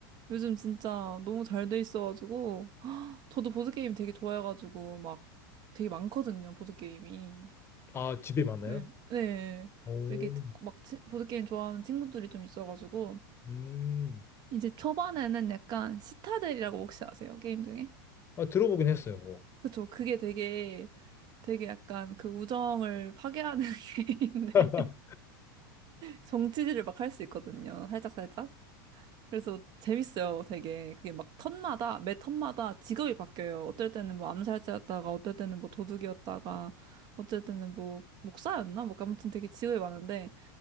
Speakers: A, on the right; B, on the left.
A: 요즘 진짜 너무 잘 돼 있어가지고. <gasps> 저도 보드게임 되게 좋아해가지고 막 되게 많거든요. 보드게임이.
B: 아 집에 많아요?
A: 네, 네.
B: 오,
A: 이게 막 치- 보드게임 좋아하는 친구들이 좀 있어가지고,
B: 음.
A: 이제 초반에는 약간 시타델이라고 혹시 아세요? 게임 중에?
B: 아 들어보긴 했어요. 그거.
A: 그쵸. 그게 되게, 되게 약간 그 우정을 파괴하는 <laughs> 게임인데,
B: <laughs>
A: 정치질을 막 할 수 있거든요. 살짝살짝. 그래서 재밌어요, 되게. 그게 막 턴마다, 매 턴마다 직업이 바뀌어요. 어떨 때는 뭐 암살자였다가, 어떨 때는 뭐 도둑이었다가, 어떨 때는 뭐 목사였나? 뭐 아무튼 되게 직업이 많은데,